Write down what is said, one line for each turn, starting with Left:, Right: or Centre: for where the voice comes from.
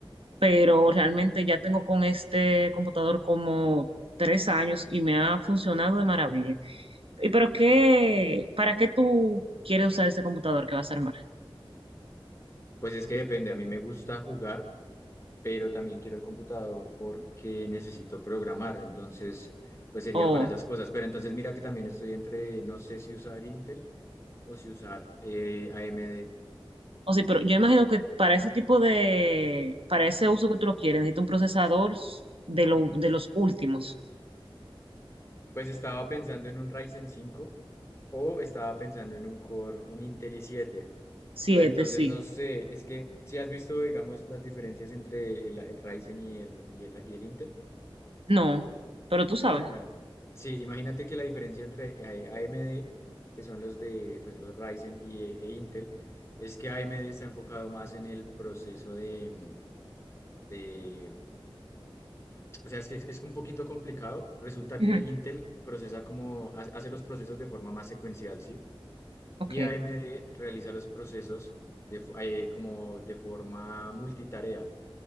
Right: pero realmente ya tengo con este computador como tres años y me ha funcionado de maravilla. ¿Y pero qué, para qué tú quieres usar este computador que vas a armar?
Left: pues es que depende. A mí me gusta jugar, pero también quiero el computador porque necesito programar. Entonces, pues sería
Right: O,
Left: para esas cosas. Pero entonces mira que también estoy entre, no sé si usar Intel o si usar eh, AMD.
Right: o sí, pero yo imagino que para ese tipo de, para ese uso que tú lo quieres, necesito un procesador de, lo, de los últimos.
Left: Pues estaba pensando en un Ryzen cinco o estaba pensando en un Core, un Intel i siete
Right: Siete,
Left: Pero entonces
Right: sí.
Left: no sé, es que si has visto, digamos, las diferencias entre el, el Ryzen y el, y el, y el Intel,
Right: No, pero tú sabes.
Left: ¿no? Bueno, sí, imagínate que la diferencia entre eh, AMD, que son los de, pues los Ryzen y, eh, e Intel, es que AMD está enfocado más en el proceso de, mm, de- o sea, es que es un poquito complicado. Resulta
Right: Ujú.
Left: que Intel procesa como, hace hace los procesos de forma más secuencial, ¿sí?
Right: Ok.
Left: Y AMD realiza los procesos de, f- eh, como de forma multitarea,